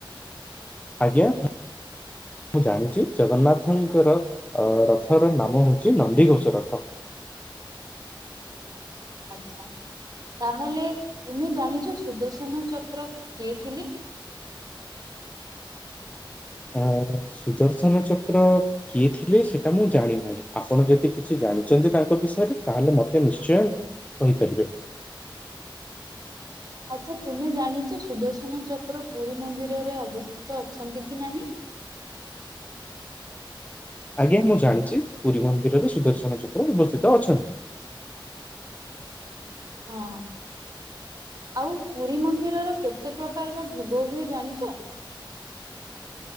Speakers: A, on the left; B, on the right.
A: ଆଜ୍ଞା। ମୁଁ ଜାଣିଛି ଜଗନ୍ନାଥଙ୍କର ରଥର ନାମ ହେଉଛି ନନ୍ଦିଘୋଷ ରଥ।
B: ଆଛା ତାହେଲେ ତୁମେ ଜାଣିଛ ସୁଦର୍ଶନ ଚକ୍ର କିଏ ଥିଲେ?
A: ଆ ସୁଦର୍ଶନ ଚକ୍ର। କିଏ ଥିଲେ ସେଇଟା ମୁଁ ଜାଣିନାହିଁ ଆପଣ ଯଦି କିଛି ଜାଣିଛନ୍ତି ତାଙ୍କ ବିଷୟରେ ତାହେଲେ ମୋତେ ନିଶ୍ଚୟ କହିପାରିବେ।
B: ଆଚ୍ଛା ତୁମେ ଜାଣିଛ ସୁଦର୍ଶନ ଚକ୍ର ପୁରୀ ମନ୍ଦିରରେ ଅବସ୍ଥିତ ଅଛନ୍ତି କି ନାହିଁ?
A: ଆଜ୍ଞା ମୁଁ ଜାଣିଛି ପୁରୀ ମନ୍ଦିରରେ ସୁଦର୍ଶନ ଚକ୍ର ଅବସ୍ଥିତ ଅଛନ୍ତି।
B: ହଁ। ଆଉ ପୁରୀ ମନ୍ଦିରର କେତେ ପ୍ରକାର ର ଭୋଗ ହୁଏ ଜାଣିଛ?